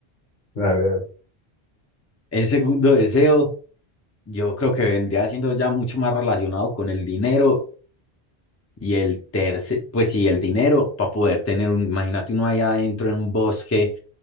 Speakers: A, on the left (about 50°); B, on the left (about 25°).
A: <laughs> Dale, dale.
B: El segundo deseo, yo creo que vendría siendo ya mucho más relacionado con el dinero y el tercer, pues sí, el dinero para poder tener un, imagínate uno allá adentro en un bosque